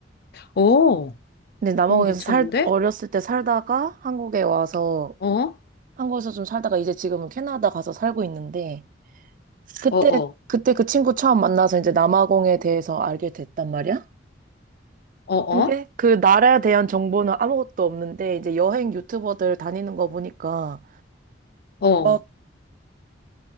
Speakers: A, on the left; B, on the right.
A: 오,
B: 근데 남아공에서
A: 너무 괜찮은데?
B: 살, 어렸을 때 살다가 한국에 와서
A: 어,
B: 한국에서 좀 살다가 이제 지금은 캐나다 가서 살고 있는데 그때,
A: 어, 어,
B: 그때 그 친구 처음 만나서 이제 남아공에 대해서 알게 됐단 말이야.
A: 어, 어,
B: 근데 그 나라에 대한 정보는 아무것도 없는데 이제 여행 유튜버들 다니는 거 보니까
A: 어.
B: 막